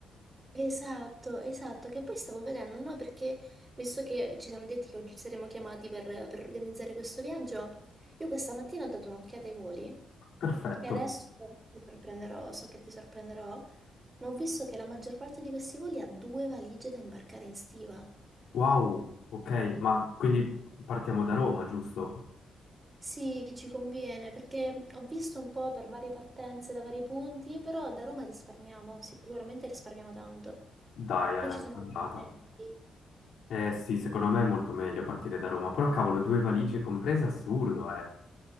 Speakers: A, on the right; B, on the left.
A: Esatto, esatto, che poi stavo vedendo, no? Perché visto che ci siamo detti che oggi saremo chiamati per, per organizzare questo viaggio, io questa mattina ho dato un'occhiata ai voli
B: Perfetto.
A: e adesso ti sorprenderò, so che ti sorprenderò, ma ho visto che la maggior parte di questi voli ha due valigie da imbarcare in stiva.
B: Wow, ok, ma quindi partiamo da Roma, giusto?
A: Sì, ci conviene perché ho visto un po' per varie partenze da vari punti, però da Roma risparmiamo, sicuramente risparmiamo tanto.
B: Dai, è
A: Poi ci sono
B: andata.
A: i biglietti.
B: Eh sì, secondo me è molto meglio partire da Roma, però cavolo, due valigie comprese, assurdo, eh.